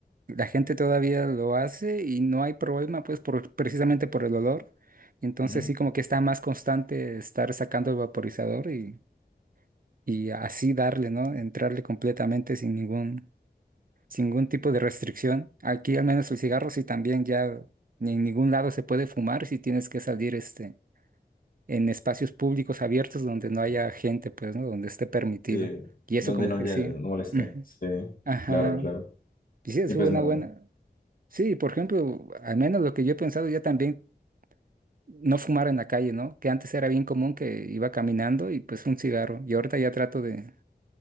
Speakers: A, on the right; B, on the left.
A: la gente todavía lo hace y no hay problema, pues, por, precisamente por el olor. Entonces
B: Ujú.
A: sí, como que está más constante estar sacando el vaporizador y, y así darle, ¿no? Entrarle completamente sin ningún, sin ningún tipo de restricción. Aquí al menos el cigarro sí también ya ni en ningún lado se puede fumar si tienes que salir este, en espacios públicos abiertos donde no haya gente, pues, ¿no? Donde esté permitido.
B: Sí,
A: Y
B: donde
A: eso como
B: no,
A: que
B: ya
A: sí.
B: no moleste.
A: Ujú.
B: Sí,
A: Ajá.
B: claro, claro.
A: Y sí, es
B: Y pues
A: una
B: nada,
A: buena. Sí, por ejemplo, al menos lo que yo he pensado, ya también no fumar en la calle, ¿no? Que antes era bien común que iba caminando y pues un cigarro. Y ahorita ya trato de.